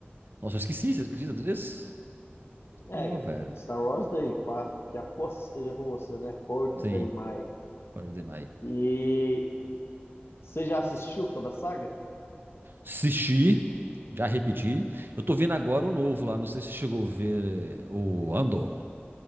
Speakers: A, on the right (about 55°); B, on the left (about 70°).
A: Nossa, eu esqueci, você acredita nisso?
B: É,
A: Nó,
B: galera,
A: velho.
B: Star Wars Day, pá, que a força esteja com você, né? 4
A: Sim,
B: Day Maio.
A: pode demais.
B: E Você já assistiu toda a saga?
A: Assisti, já repeti. Eu tô vendo agora o novo lá. Não sei se você chegou a ver eh, o Andor,